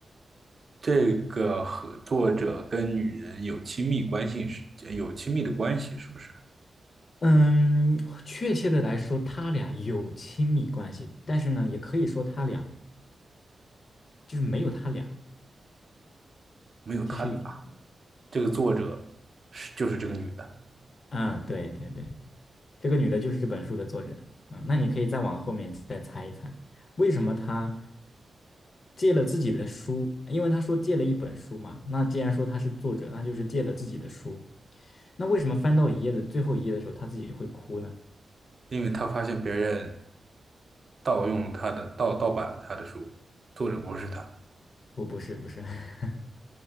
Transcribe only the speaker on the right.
这个和作者跟女人有亲密关系是呃有亲密的关系，是不是？
没有他俩，
这个作者是就是这个女的，
因为她发现别人盗用她的盗盗版了她的书，作者不是她。